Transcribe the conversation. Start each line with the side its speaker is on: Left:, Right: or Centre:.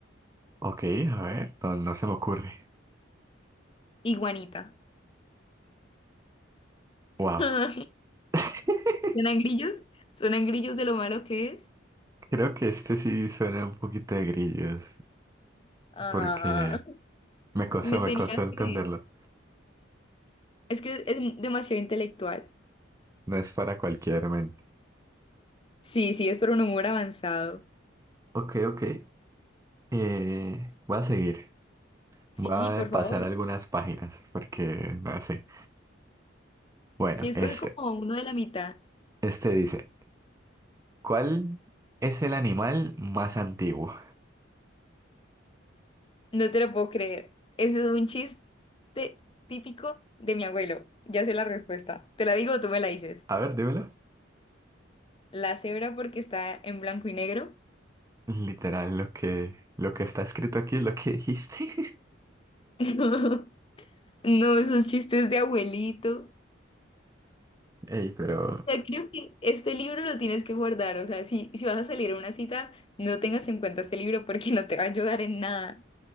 Right: ok, a ver, no, no se me ocurre.
Left: Iguanita.
Right: Wow.
Left: <laughs>
Right: <laughs>
Left: ¿Suenan grillos? ¿Suenan grillos de lo malo que es?
Right: Creo que este sí suena un poquito de grillos,
Left: Ah,
Right: porque me costó,
Left: le tenía
Right: me costó entenderlo.
Left: que... Es que es demasiado intelectual.
Right: No es para cualquier mente.
Left: Sí, sí, es por un humor avanzado.
Right: Ok, ok. Eh, voy a seguir.
Left: Sí,
Right: Voy
Left: sí, por
Right: a
Left: favor.
Right: pasar algunas páginas, porque no sé. Bueno,
Left: Sí, escoge
Right: este.
Left: como uno de la mitad.
Right: Este dice, ¿cuál es el animal más antiguo?
Left: No te lo puedo creer. Ese es un chiste típico de mi abuelo. Ya sé la respuesta. ¿Te la digo o tú me la dices?
Right: A ver, dímelo.
Left: La cebra porque está en blanco y negro.
Right: Literal, lo que, lo que está escrito aquí, lo que dijiste.
Left: <laughs> No, no, esos chistes de abuelito.
Right: <laughs> Ey, pero
Left: O sea, creo que este libro lo tienes que guardar. O sea, si, si vas a salir a una cita, no tengas en cuenta este libro porque no te va a ayudar en nada.